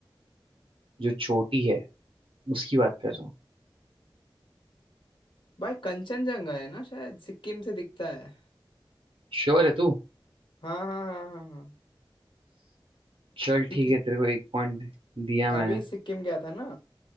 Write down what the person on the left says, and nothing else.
भाई कंचनजंगा है ना शायद सिक्किम से दिखता है
हाँ हाँ हाँ हाँ हाँ
क्योंकि
अभी सिक्किम गया था ना